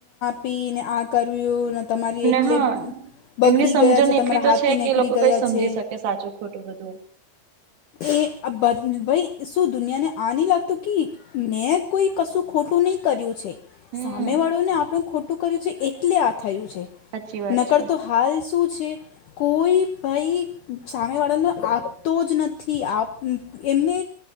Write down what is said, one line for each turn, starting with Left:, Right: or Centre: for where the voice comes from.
Left: પીને આ કર્યું તમારી એટલે
Right: હા
Left: બગડી
Right: એમની સમજણ
Left: ગયા છે
Right: એટલી
Left: તમારા
Right: તો
Left: હાથથી
Right: છે કે
Left: નીકળી
Right: એ લોકો
Left: ગયા
Right: કઈ સમજી
Left: છે
Right: શકે સાચું ખોટું બધું
Left: એ ભાઈ શું દુનિયા ને આ ન લાગતું કે મેં કોઈ કશું ખોટું નહીં કર્યું છે.
Right: હમ
Left: સામે વાળોને આપણું ખોટું કર્યું છે એટલે આ થયું છે,
Right: સાચી વાત
Left: નકરતો
Right: છે
Left: હાલ શું છે કોઈ ભાઈ સામેવાળાનો આપતો જ નથી. થી આપ એમને